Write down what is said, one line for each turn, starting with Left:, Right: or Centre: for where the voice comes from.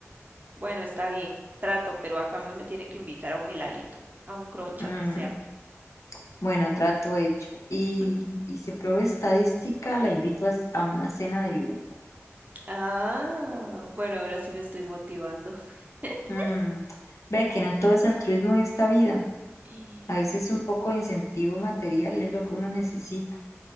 Right: Bueno, está bien, trato, pero a cambio me tiene que invitar a un heladito, a un crunch,
Left: Mm,
Right: aunque sea.
Left: Bueno, trato hecho. Y,
Right: <laughs>
Left: y si apruebo estadística, la invito a, a una cena de lujo.
Right: Ah, bueno, ahora sí me estoy motivando. <laughs>
Left: Mm, Ve que no todo es altruismo en esta vida.
Right: Eh,
Left: A veces un poco de incentivo material es lo que uno necesita.